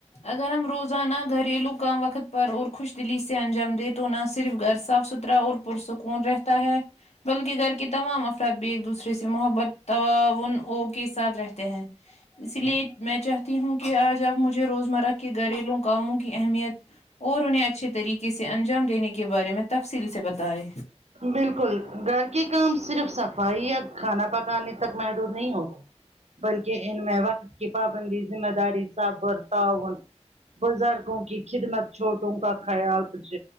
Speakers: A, on the left; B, on the right.
A: اگر ہم روزانہ گھریلو کام وقت پر اور خوش دلی سے انجام دے تو نہ صرف گھر صاف ستھرا اور پرسکون رہتا ہے بلکہ گھر کے تمام افراد بھی ایک دوسرے سے محبت تواون او کے ساتھ رہتے تے ہے اسی لیے میں چاہتی ہوں کہ آج آپ مجھے روزمرہ کے گھریلو کاموں کی اہمیت اور انہیں اچھے طریقے سے انجام دینے کی کے بارے میں تفصیل سے بتائے
B: بالکل گھر کے کام صرف صفائی یا کھانا پکانے تک مہدود نہیں ہوتے بلکہ ان میں وقت کی پابندی ذمہ داری صاف برتا ہون بزرگوں کی خدمت چھوٹوں کا خیال کچھ